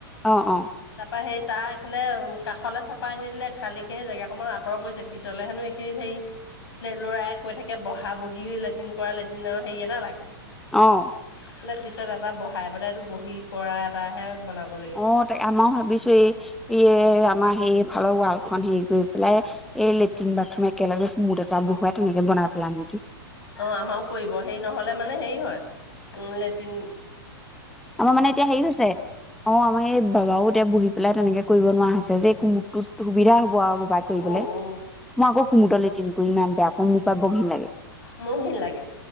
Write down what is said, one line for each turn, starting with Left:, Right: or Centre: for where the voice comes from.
Centre: অ' অ'।
Left: তাৰপা সেই তাৰ এইফালে কাষলৈ চপাই নিদিলে, খালীকে সেই জেগাকনত আঁতৰ কৰিছে, পিছলে হেনো এইখিনিত হেৰি ল'ৰাই কৈ থাকে বহা-বহি লেট্ৰিন কৰা লেট্ৰিনৰ হেৰি এটা লাগে।
Centre: অ'
Left: বোলে পিছত এটা বহাই পেলাই এইটো বহি কৰা এটাহে বনাব লাগিব।
Centre: অ', তাক-আমাৰো ভাবিছো এই, এই আমাৰ হেৰি ফালৰ ৱালখন হেৰি কৰি পেলাই, এই লেট্ৰিন বাথৰুম একেলগে কুমুদ এটা বহুৱাই তেনেকে বনাই পেলাম নেকি।
Left: অ', আমাৰো কৰিব, হেৰি নহ'লে মানে হেৰি হয়, উম, লেটিন
Centre: আমাৰ মানে এতিয়া হেৰি হৈছে, অ' আমাৰ এই বাবাও বহি পেলাই তেনেকে কৰিব নোৱাৰা হৈছে যে, এই কুমুডটোত সুবিধা হ'ব বাবাই কৰিবলে,
Left: উম, উম।
Centre: মই আকৌ কুমুদট লেটিন কৰি ইমান বেয়া পাওঁ, মোৰ পাই বোৰ ঘিণ লাগে।
Left: মোৰো ঘিণ লাগে।